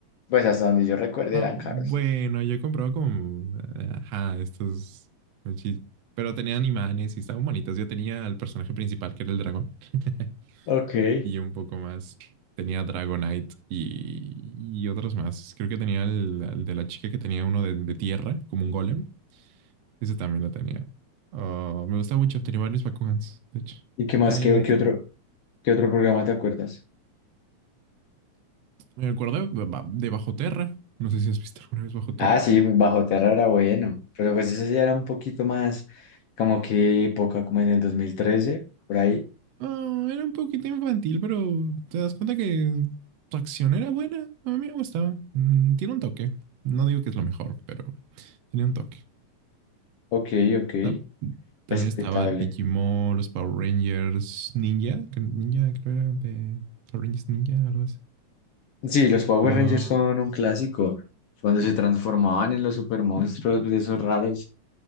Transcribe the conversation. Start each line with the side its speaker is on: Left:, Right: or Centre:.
Left: Pues hasta donde yo recuerde
Right: Ah,
Left: eran caros.
Right: Bueno, yo he comprado como, eh, ajá, estos, mochi- pero tenían imanes y estaban bonitas. Yo tenía al personaje principal, que era el dragón, <laughs>
Left: Ok. ¿Y
Right: y un poco más. Tenía Dragonite y, y otros más. Creo que tenía el, al de la chica que tenía uno de, de tierra, como un golem. Ese también lo tenía. Ah, me gusta mucho. Tenía varios Bakugans, de hecho.
Left: qué más?
Right: Ya,
Left: ¿Qué,
Right: ya, ahorita
Left: qué otro,
Right: ya. no.
Left: qué otro programa te acuerdas?
Right: Me acuerdo de, ba- de Bajo Terra. No sé si has visto alguna vez Bajo Terra.
Left: Ah, sí, Bajo Tierra era bueno, pero pues ese ya era un poquito más como que época, como en el dos mil trece por ahí.
Right: Ah, era un poquito infantil, pero te das cuenta que su acción era buena. A mí me gustaba. Mm, tiene un toque. No digo que es lo mejor, pero tiene un toque.
Left: Ok, ok,
Right: Ta- También
Left: respetable.
Right: estaba Digimon, los Power Rangers, Ninja. que Ninja creo era de Power Rangers Ninja, algo así.
Left: Sí, los Power
Right: Ah,
Left: Rangers son un clásico. Cuando se transformaban en los super monstruos de esos raros.